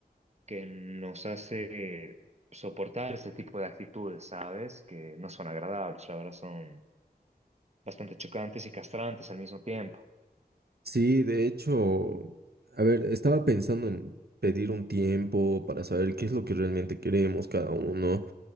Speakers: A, on the right; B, on the right.
A: que nos hace soportar ese tipo de actitudes, ¿sabes? Que no son agradables, la verdad, son bastante chocantes y castrantes al mismo tiempo.
B: Sí, de hecho, a ver, estaba pensando en pedir un tiempo para saber qué es lo que realmente queremos cada uno.